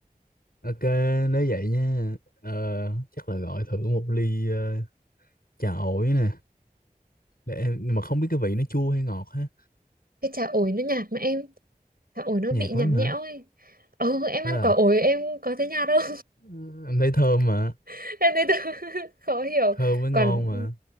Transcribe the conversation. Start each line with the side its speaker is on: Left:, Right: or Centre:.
Left: ờ, ok nếu vậy nha ờ, chắc là gọi thử một ly ờ, trà ổi nè để em- nhưng mà không biết cái vị nó chua hay ngọt ha
Right: cái trà ổi nó nhạt mà em trà ổi nó
Left: nhạt
Right: bị nhạt
Left: lắm
Right: nhẽo
Left: hả
Right: ấy ừ em
Left: thế
Right: ăn
Left: à
Right: quả ổi em có thấy nhạt không
Left: Ừ, em thấy thơm mà
Right: <laughs> em thấy tự- <laughs> khó hiểu
Left: thơm mới ngon
Right: còn
Left: mà